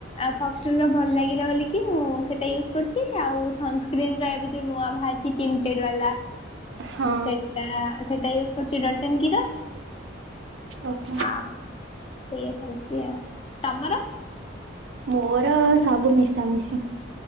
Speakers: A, on the left; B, on the right.
A: ଆଉ ଫୋକ୍ସ ଟୁଲ ର ଭଲ ଲାଗିଲା ବୋଲି କି ମୁଁ ସେଇଟା ୟୁଜ୍ କରୁଛି। ଆଉ ସନସ୍କ୍ରିିନରେ ଏବେ ଯୋଉ ନୂଆ ବାହାରିଛି କି କୀଟ ବାଲା
B: ହଁ
A: ସେଟା ସେଟା ୟୁଜ୍ କରୁଚି ଡଟ୍ ଇନ୍ କି ର।
B: ଓହୋ।
A: ଆଉ ସେଇଆ ଚାଲିଛି ଆଉ। ତମର?
B: ମୋର ସବୁ ମିଶାମିଶି।